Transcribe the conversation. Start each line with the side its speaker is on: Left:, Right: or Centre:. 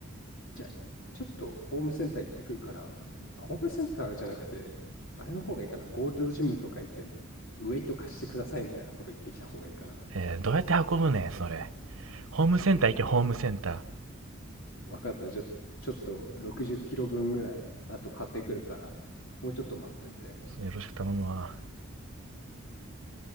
Left: じゃあ、ちょっとホームセンター行ってくるから、ホームセンターじゃなくて、あれの方がいいかな。ゴールドジムとか行って、ウェイト貸してくださいみたいなこと言ってきた方がいいかな。
Right: えーどうやって運ぶねん、それ。ホームセンター行け、ホームセンタ
Left: わかった。じゃあ、ちょっと60キロ分ぐらい、あと買ってくるから、もうちょっと待っといて。
Right: ー。よろしく頼むわ。